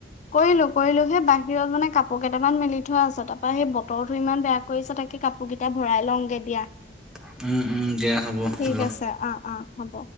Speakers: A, on the left; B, in the centre.
A: কৰিলো কৰিলো সেই বাহিৰত মানে কাপোৰ কেইটামান মেলি থোৱা আছে তাৰাপৰা সেই বতৰটোো ইমান বেয়া কৰিছ তাকে কাপোৰ কেইটা ভৰাই লওঁগে দিয়া।
B: উম, উম। দিয়া হ'ব
A: ঠিক
B: যোৱা
A: আছে অ', অ' হ'ব।